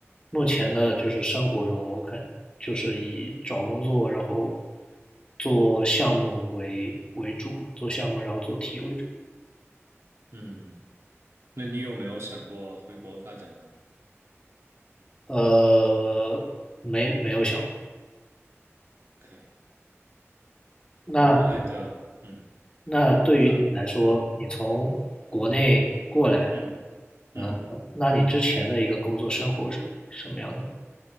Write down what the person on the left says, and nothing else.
目前的就是生活中，我肯就是以找工作，然后做项目为为主嘛，做项目然后做题为主。
呃，没没有想过。
那
那对于你来说，
你从国内过来，
呃，
那你之前的一个工作生活是什么样的呢